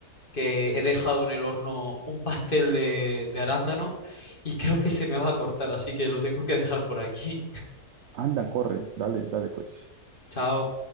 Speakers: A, on the left; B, on the right.
A: que he dejado en el horno un pastel de, de arándano y creo que se me va a cortar, así que lo tengo que dejar por aquí.
B: Anda, corre, dale, dale pues.
A: Chao.